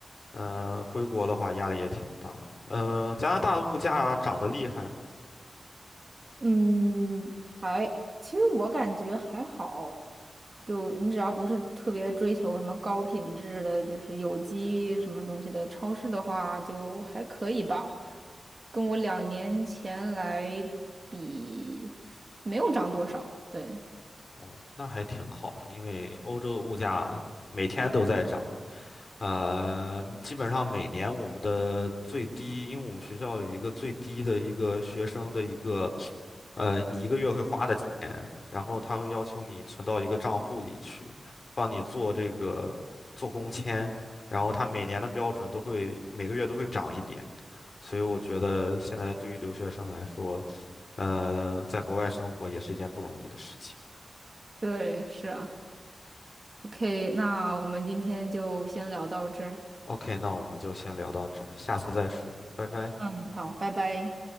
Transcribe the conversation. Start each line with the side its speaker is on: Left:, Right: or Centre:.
Left: 呃回国的话压力也挺大的，呃，加拿大的物价涨得厉害吗？
Right: 嗯，还，其实我感觉还好，就你只要不是特别追求什么高品质的，就是有机什么东西的超市的话，就还可以吧。跟我两年前来比，没有涨多少。对，
Left: 哦，那还挺好的，因为欧洲的物价每天都在涨。呃，基本上每年我们的最低，因为我们学校有一个最低的一个学生的一个，呃，你一个月会花的钱，然后他会要求你存到一个账户里去，帮你做这个做工签，然后他每年的标准都会每个月都会涨一点，所以我觉得现在对于留学生来说，呃，在国外生活也是一件不容易的事情。
Right: 对，是啊。OK，那我们今天就先聊到这儿。
Left: OK，那我们就先聊到这儿，下次再说，拜拜。
Right: 嗯，好，拜拜。